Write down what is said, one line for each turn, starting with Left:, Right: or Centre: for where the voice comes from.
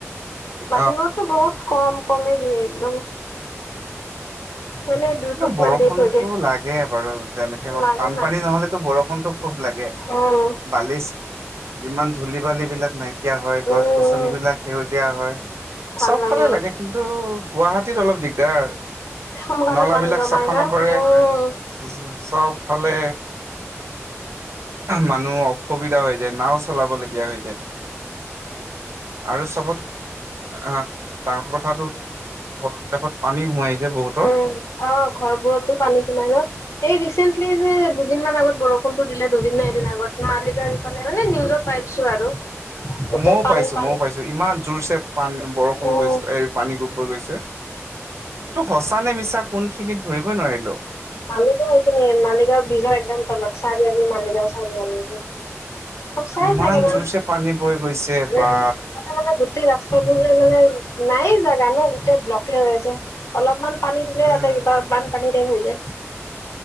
Left: বাকীবোৰততো
Right: অ
Left: বহুত কম কমে দিয়ে একদম। এনে দুই টোপমান
Right: ন বৰষুণতো
Left: দি থৈ দিয়ে
Right: লাগে বাৰু যেনেকে হওঁক
Left: লাগে
Right: বানপানী
Left: না
Right: নহ'লেতো বৰ ষুণটো খুব লাগে।
Left: উম।
Right: বালিচ যিমান ধূলি বালি বিলাক নাইকিয়া হয়, গছ-গছনিবলাক
Left: উম,
Right: সেউজীয়া হয়।
Left: ভাল
Right: চবফালে
Left: আৰু
Right: লাগে কিন্তু গুৱাহাটীত অলপ দিগদাৰ।
Left: সোনকালে
Right: গাবিলাক
Left: পানী জমাই
Right: চাফা
Left: না।
Right: নকৰে।
Left: উম,
Right: জা-জা চবফালে মানুহ অসুবিধা হৈ যায়, নাওঁ চলাব লগীয়া হৈ যায়। আৰু চবত, আ মানে ডাঙৰ কথাটো হ'ল। ঘৰবিলাকত পানী সোমাই যে বহুতৰ।
Left: উ, অ' ঘৰবোৰতো পানী সোমাই ন। এই ৰিচেন্টলি যে দুদিনমান আগত বৰষুণতো দিলে, দুদিন নে এদিন আগত মালিকা সিফালে মানে নিউজত পাইছোঁ আৰু। গোটেই
Right: অ' মও
Left: পানী
Right: পাইছোঁ,
Left: পানী
Right: মও পাইছোঁ ইমান জোৰছে পান, বৰষুণ
Left: উম,
Right: গৈছ, এই পানী গপ, বৈ গৈছে। এটো সঁচা নে মিছা কোনখিনিত ধৰিবই নোৱাৰিলোঁ।
Left: মালিগাঁও হেখিনি, মালিগাঁৱ ব্ৰীজৰ একদম তলত, চাৰি আলি মালিগাঁও চাৰি আলি। সঁচাই
Right: ইমান
Left: চাগে তা,
Right: জোৰছে পানী বৈ গৈছে
Left: উ তাতে
Right: বা
Left: মানে গোটেই ৰাচ তাটোতে মানে নায়ে জেগা ন গোটেই ব্লকে হৈ আছে। অলপমান পানী দিলে
Right: উম
Left: তাতে কিবা বানপানী টাইপ হৈ যায়।